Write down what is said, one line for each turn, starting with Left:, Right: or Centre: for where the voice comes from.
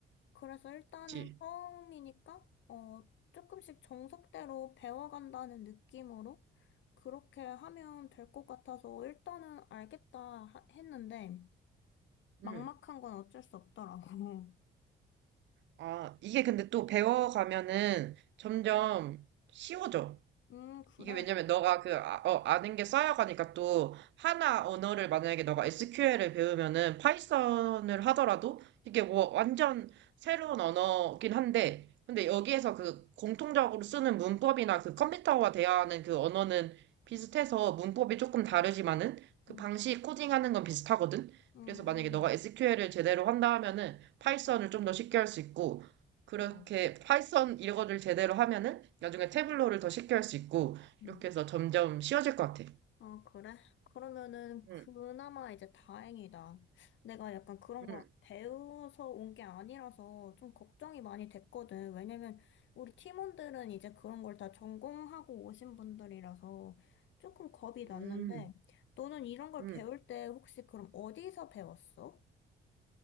Left: 그래서 일단은
Right: 그치.
Left: 처음이니까 어 조금씩 정석대로 배워간다는 느낌으로 그렇게 하면 될 것 같아서 일단은 알겠다 하- 했는데 막막한
Right: 응.
Left: 건 어쩔 수 없더라고. <laughs>
Right: 아, 이게 근데 또 배워가면은 점점 쉬워져.
Left: 음, 그래.
Right: 이게 왜냐면 너가 그, 아, 어, 아는 게 쌓여가니까 또 하나 언어를 만약에 너가 SQL을 배우면은 파이썬을 하더라도 이게 뭐 완전 새로운 언어긴 한데 근데 여기에서 그 공통적으로 쓰는 문법이나 그 컴퓨터와 대화하는 그 언어는 비슷해서 문법이 조금 다르지만은 그
Left: 음,
Right: 방식 코딩하는 건 비슷하거든.
Left: 음.
Right: 그래서 만약에 너가 SQL을 제대로 한다 하면은 파이썬을 좀 더 쉽게 할 수 있고 그렇게
Left: 어,
Right: 파이썬 이거를 제대로 하면은 나중에 태블로를 더 쉽게 할 수 있고
Left: 응.
Right: 이렇게 해서 점점 쉬워질 것 같아.
Left: 아, 그래? 그러면은 그나마
Right: 응,
Left: 이제 다행이다. 내가 약간 그런 걸
Right: 응,
Left: 배워서 온 게 아니라서 좀 걱정이 많이 됐거든. 왜냐면 우리 팀원들은 이제 그런 걸 다 전공하고 오신 분들이라서 조금 겁이 났는데,
Right: 응,
Left: 너는 이런 걸
Right: 응.
Left: 배울 때 혹시 그럼 어디서 배웠어?